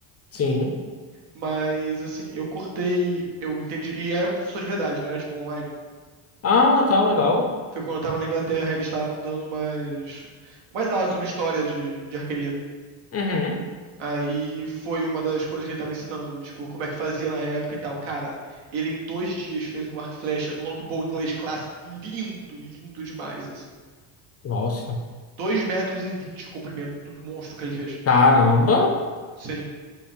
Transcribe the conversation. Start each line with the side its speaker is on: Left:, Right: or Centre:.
Left: sim.
Right: Mas, assim, eu cortei, eu entendi. E era com professor de verdade, não era tipo online.
Left: Ah, tá legal.
Right: Foi quando eu tava na Inglaterra, eles estavam dando umas, umas aulas sobre história de, de arqueria.
Left: Uhum.
Right: Aí foi uma das coisas que ele tava ensinando, tipo, como é que fazia na época e tal. Cara, ele em dois dias fez um arco e flecha longbow inglês clássico, lindo, lindo demais, assim.
Left: Nossa.
Right: Dois metros e vinte o comprimento do, do monstro que ele fez.
Left: Caramba.
Right: Sim.